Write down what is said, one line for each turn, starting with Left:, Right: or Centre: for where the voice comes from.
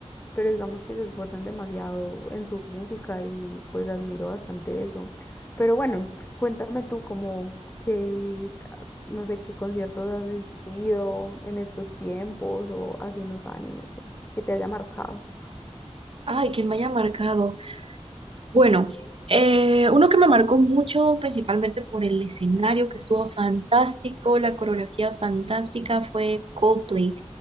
Left: pero digamos que se esfuerzan demasiado en su música y pues admiro bastante eso. Pero bueno, cuéntame tú como que, no sé, qué conciertos has asistido en estos tiempos o hace unos años, no sé, que te haya marcado.
Right: Ay, que me haya marcado. Bueno, eh, uno que me marcó mucho, principalmente por el escenario que estuvo fantástico, la coreografía fantástica, fue Coldplay.